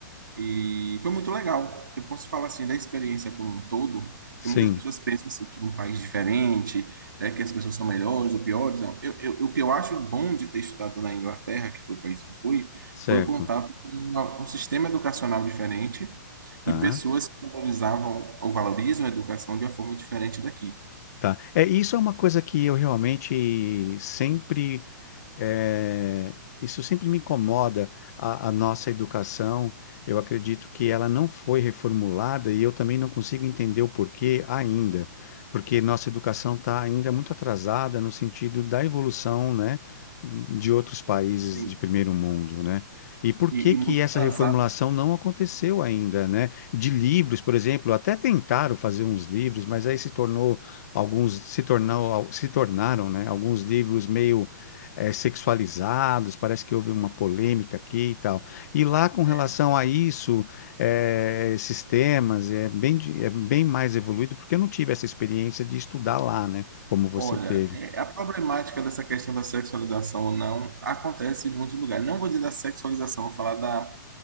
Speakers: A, on the right (about 80°); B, on the left (about 55°).
A: E foi muito legal. Eu posso falar assim da experiência como um todo,
B: Sim,
A: que muitas pessoas pensam assim que um país diferente, né, que as pessoas são melhores ou piores. Não. Eu, eu, o que eu acho bom de ter estudado na Inglaterra, que foi o país que eu fui,
B: certo.
A: foi o contato com uma- um sistema educacional diferente
B: Tá,
A: e pessoas que valorizavam ou valorizam a educação de uma forma diferente daqui.
B: tá. É, isso é uma coisa que eu realmente sempre É, isso sempre me incomoda, a, a nossa educação. Eu acredito que ela não foi reformulada e eu também não consigo entender o porquê ainda, porque nossa educação está ainda muito atrasada no sentido da evolução, né, de outros países
A: Sim.
B: de primeiro mundo, né? E por
A: E,
B: que
A: e
B: que
A: muito
B: essa
A: atrasada.
B: reformulação não aconteceu ainda, né? De livros, por exemplo, até tentaram fazer uns livros, mas aí se tornou alguns se tornou se tornaram, né, alguns livros meio eh, sexualizados, parece que houve uma polêmica aqui e tal. E lá, com relação
A: é.
B: a isso, eh, esses temas, é bem, di- é bem mais evoluído, porque eu não tive essa experiência de estudar lá, né? Como você
A: Olha,
B: teve.
A: é, a problemática dessa questão da sexualização ou não acontece em muitos lugares. Não vou dizer da sexualização, vou falar da,